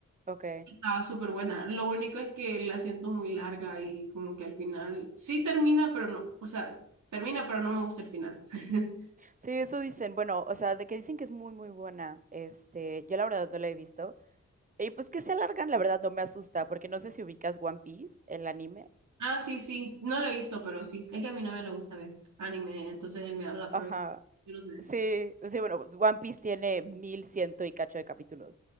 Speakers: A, on the right; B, on the right.
A: Ok.
B: Estaba súper buena. Lo único es que la siento muy larga y como que al final sí termina, pero no, o sea, termina, pero no me gusta el final. <laughs>
A: Sí, eso dicen. Bueno, o sea, de que dicen que es muy, muy buena. Este, yo la verdad no la he visto. Y pues que se alargan, la verdad no me asusta, porque no sé si ubicas One Piece, el anime.
B: Ah, sí, sí. No lo he visto, pero sí. Es que a mi novia le gusta ver anime, entonces él me habla, pero
A: Ajá.
B: yo no sé.
A: Sí, sí, bueno, pues, One Piece tiene mil ciento y cacho de capítulos.